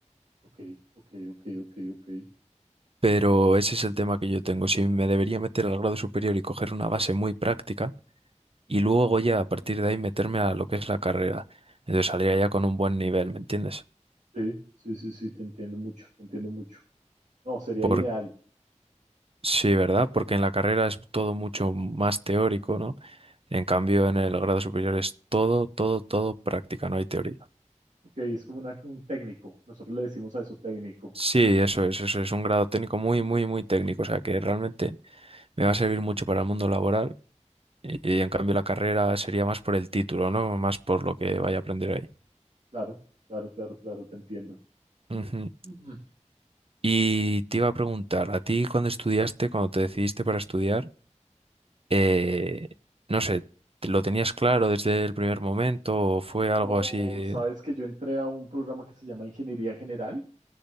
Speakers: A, on the right; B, on the right.
A: Ok, ok, ok, ok, ok.
B: Pero ese es el tema que yo tengo. Si me debería meter al grado superior y coger una base muy práctica, y luego ya a partir de ahí meterme a lo que es la carrera. Entonces saldría ya con un buen nivel, ¿me entiendes?
A: Sí, sí, sí, sí, te entiendo mucho, te entiendo mucho. No, sería
B: Por,
A: ideal.
B: sí, ¿verdad? Porque en la carrera es todo mucho más teórico, ¿no? En cambio, en el grado superior es todo, todo, todo práctica, no hay teoría.
A: Ok, es como una- un técnico. Nosotros le decimos a eso técnico.
B: Sí, eso es, eso es un grado técnico muy, muy, muy técnico, o sea que realmente me va a servir mucho para el mundo laboral y, y, en cambio la carrera sería más por el título, ¿no? Más por lo que vaya a aprender ahí.
A: Claro, claro, claro, claro, te entiendo.
B: Ujú.
A: Mm.
B: Y te iba a preguntar, ¿a ti cuando estudiaste, cuando te decidiste para estudiar, eh, no sé, ¿te- ¿lo tenías claro desde el primer momento o fue algo
A: No,
B: así?
A: sabes que yo entré a un programa que se llama Ingeniería General